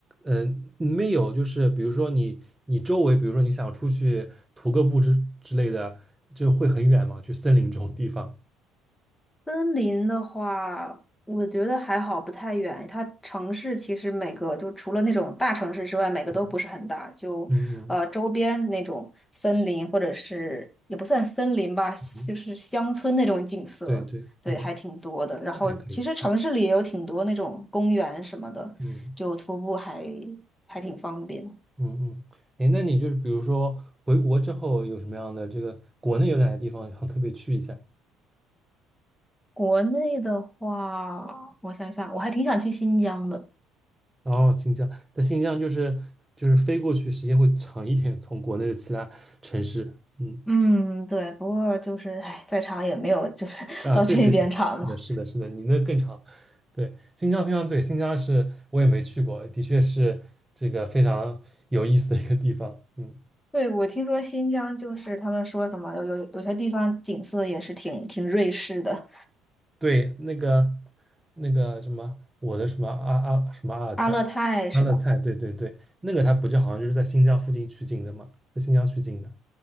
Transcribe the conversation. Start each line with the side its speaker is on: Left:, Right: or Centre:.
Right: 嗯、没有就是比如说你你周围，比如说你想出去徒个步之之类的，就会很远嘛，去森林这种地方。
Left: 森林的话，我觉得还好，不太远。它城市其实每个就除了那种大城市之外，每个都不是很大。
Right: 嗯
Left: 就呃周边那种森林，
Right: 嗯
Left: 或者是也不算森林吧，
Right: 嗯，
Left: 就是乡村那种景色，
Right: 对对，
Left: 对，
Right: 嗯，
Left: 还挺多的。然后其实城市里也有挺多那种公园什么的，
Right: 那还可以，嗯
Left: 就徒步还还挺方便。
Right: 嗯嗯，哎，那你就是比如说回国之后有什么样的这个国内有哪些地方想特别去一下？
Left: 国内的话，我想想，我还挺想去新疆的。
Right: 哦，新疆，但新疆就是就是飞过去时间会长一点，从国内的其他城市，嗯
Left: 嗯，对，不过就是，哎，再长也没有，就是 <laughs>
Right: 啊，
Left: 到这边长嘛。
Right: 对对对，是的，是的，是的，你那更长。对，新疆，新疆，对，新疆是我也没去过，的确是这个非常有意思的一个地方。嗯，
Left: 对，我听说新疆就是他们说什么有有有些地方景色也是挺挺瑞士的，
Right: 对，那个那个什么，我的什么阿阿什么阿尔泰，
Left: 阿勒泰是吧？
Right: 阿勒泰，对对对，那个它不就好像就是在新疆附近取景的嘛，在新疆取景的。